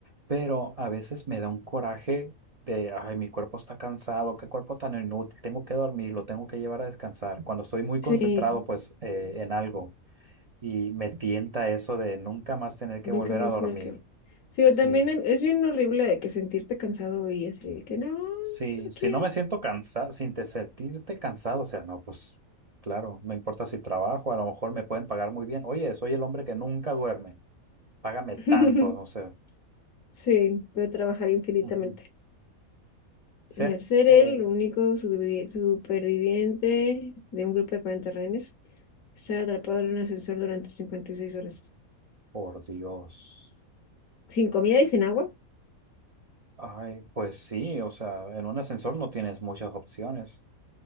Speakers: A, on the right; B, on the left.
A: pero a veces me da un coraje de, ay, mi cuerpo está cansado, qué cuerpo tan inútil, tengo que dormir, lo tengo que llevar a descansar. Cuando estoy muy concentrado,
B: Sí,
A: pues, eh, en algo y me tienta eso de nunca más tener que
B: Nunca
A: volver
B: más
A: a dormir.
B: tener que... Sí,
A: Sí,
B: o también em- es bien horrible de que sentirte cansado y así de que no, no
A: sí, si
B: quiero.
A: no me siento cansado, sin te sentirte cansado, o sea, no, pues, claro, no importa si trabajo, a lo mejor me pueden pagar muy bien. Oye, soy el hombre que nunca duerme. Págame tanto,
B: <laughs>
A: no sé.
B: Sí, puedo trabajar infinitamente.
A: Ujú. Ser
B: el ser
A: el,
B: el único supervivi- superviviente de un grupo de 40 rehenes, estar atrapado en un ascensor durante 56 horas.
A: por Dios.
B: Sin comida y sin agua.
A: Ay, pues sí, o sea, en un ascensor no tienes muchas opciones.